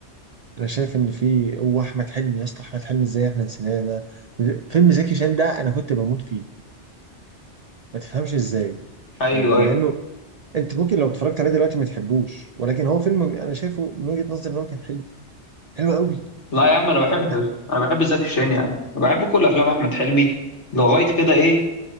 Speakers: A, on the right; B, on the left.
A: أنا شايف إن في هو أحمد حلمي يا اسطى أحمد حلمي إزاي إحنا نسيناه ده فيلم زكي شان ده أنا كنت بموت فيه ما تفهمش إزاي
B: أيوه
A: يعني مع
B: أيوه
A: إنه أنت ممكن لو اتفرجت عليه دلوقتي ما تحبوش ولكن هو فيلم أنا شايفه من وجهة نظري إن هو كان حلو حلو قوي
B: لا يا عم أنا
A: من-
B: بحب أنا بحب زكي شان يا عم بحب كل أفلام أحمد حلمي لغاية كده إيه